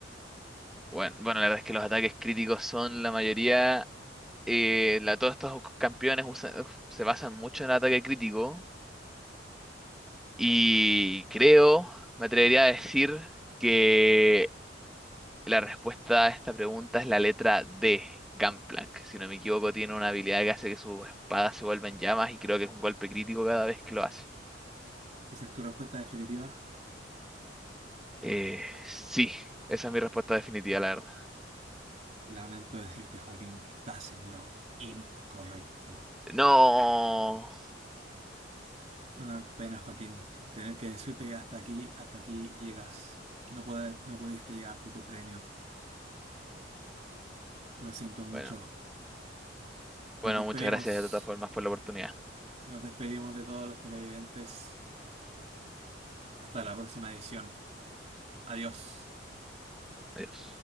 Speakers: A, in the centre; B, on the right.
A: Bueno, bueno, la verdad es que los ataques críticos son la mayoría, eh, la, todos estos campeones usan- uf, se basan mucho en el ataque crítico y creo, me atrevería a decir que La respuesta a esta pregunta es la letra D, Gangplank. Si no me equivoco, tiene una habilidad que hace que sus espadas se vuelvan llamas y creo que es un golpe crítico cada vez que lo hace.
B: ¿Esa es tu respuesta definitiva?
A: Eh, sí, esa es mi respuesta definitiva, la verdad.
B: Lamento decirte, Joaquín, que estás en lo incorrecto.
A: No.
B: Una pena, Joaquín, tener que decirte que hasta aquí, hasta aquí llegas. No poder, no pudiste llevarte tu premio. Lo siento mucho.
A: Bueno,
B: Nos
A: bueno,
B: despedimos,
A: muchas gracias de todas formas por la oportunidad.
B: nos despedimos de todos los televidentes. Hasta la próxima edición. Adiós.
A: Adiós.